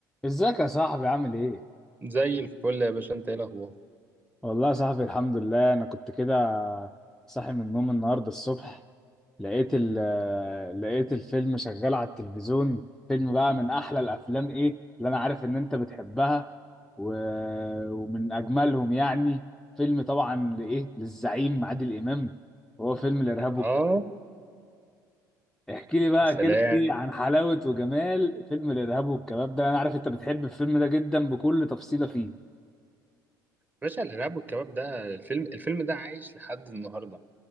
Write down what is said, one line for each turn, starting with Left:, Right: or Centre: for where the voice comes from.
Centre: ازيك يا صاحبي عامل ايه؟
Right: زي الفل يا باشا انت ايه الاخبار
Centre: والله يا صاحبي الحمد لله انا كنت كده صاحي من النوم النهارده الصبح لقيت ال لقيت الفيلم شغال على التلفزيون فيلم بقى من احلى الافلام ايه اللي انا عارف ان انت بتحبها و... ومن اجملهم يعني فيلم طبعا لايه للزعيم عادل امام وهو فيلم الارهاب
Right: اه
Centre: والك... احكي لي بقى
Right: يا سلام
Centre: كده ايه
Right: يا
Centre: عن حلاوة وجمال فيلم الارهاب والكباب ده انا عارف انت بتحب الفيلم ده جدا بكل تفصيلة فيه
Right: باشا الارهاب والكباب ده الفيلم الفيلم ده عايش لحد النهارده